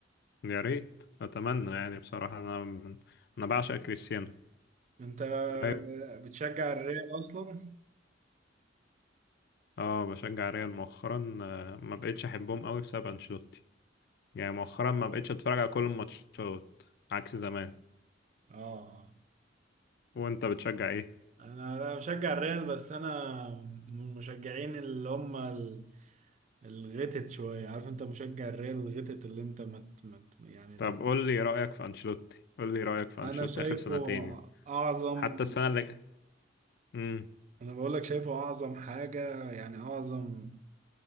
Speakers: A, on the left; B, on the right.
A: يا ريت أتمنى يعني بصراحة أنا من... أنا بعشق كريستيانو
B: انت
A: طيب
B: بتشجع الريال اصلا
A: اه بشجع ريال مؤخرا آه، ما بقتش أحبهم قوي بسبب أنشيلوتي يعني مؤخرا ما بقتش أتفرج على كل الماتشات عكس زمان
B: اه
A: وأنت بتشجع إيه؟
B: انا انا بشجع الريال بس انا من المشجعين اللي هم ال- الغتت شويه عارف انت مشجع الريال الغتت اللي انت مت مت يعني
A: طب
B: لو
A: قول لي رأيك في أنشيلوتي قول لي رأيك في
B: انا
A: أنشيلوتي
B: شايفه
A: آخر سنتين يعني.
B: اعظم
A: حتى السنة اللي امم
B: انا بقول لك شايفه اعظم حاجه يعني اعظم